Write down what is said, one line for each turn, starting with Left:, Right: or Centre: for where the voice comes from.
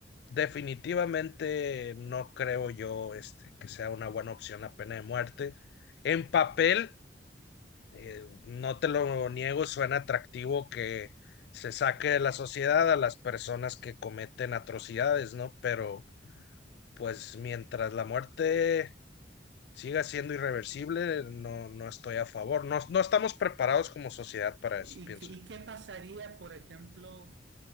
Left: definitivamente no creo yo este, que sea una buena opción la pena de muerte. En papel, eh, no te lo niego, suena atractivo que se saque de la sociedad a las personas que cometen atrocidades, ¿no? Pero pues mientras la muerte siga siendo irreversible, no, no estoy a favor. No, no estamos preparados como sociedad para
Right: ¿Y,
Left: eso, pienso.
Right: qué- y qué pasaría, por ejemplo,